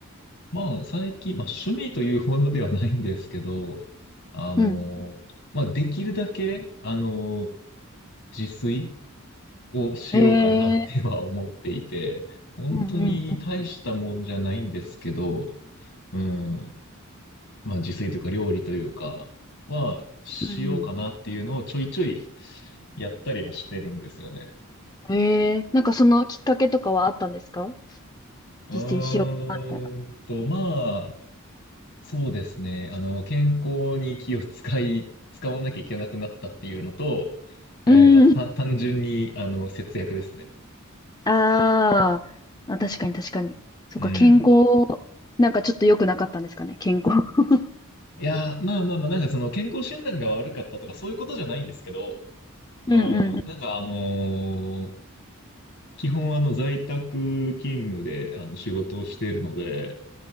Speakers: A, on the left; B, on the left.
A: まあ、最近、まあ、趣味というほどではないんですけど、あの、
B: うん。
A: まあ、できるだけ、あの、自炊をしようかなっては思っていて、
B: ええ
A: 本当に大したもんじゃないんですけど、
B: ー、うんうん。
A: うん、まあ自炊というか料理というかはしようかなっていうのをちょいちょい
B: うんうん
A: やったりはしてるんですよね。
B: ええーなんかそのきっかけとかはあったんですか
A: うーんと、
B: 実践しようかなみたいな。
A: まあ、そうですね。あの、健康に気を使い、使わなきゃいけなくなったっていうのと、えーと、
B: うん。
A: あとた単純に、あの、節約ですね。
B: あーあ、確かに確かに。そっか、
A: うん。
B: 健康、なんかちょっと良くなかったんですかね、健康。<laughs>
A: いやー、まあまあまあ、なんかその健康診断が悪かったとかそういうことじゃないんですけど、
B: うんうんう
A: うん、なんかあのー基本あの在宅勤務であの仕事をしているので、